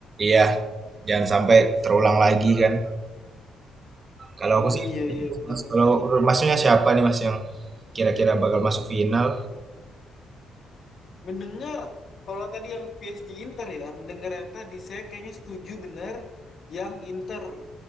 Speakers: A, on the right; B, on the left.
A: Iya, jangan sampai terulang lagi kan. Kalau
B: Hmm,
A: aku sih
B: iya,
A: itu,
B: iya, benar-benar.
A: Mas. Kalau menurut masnya siapa nih Mas yang kira-kira bakal masuk final?
B: Mendengar, kalau tadi yang PSG Inter ya, mendengar yang tadi saya kayaknya setuju benar yang Inter.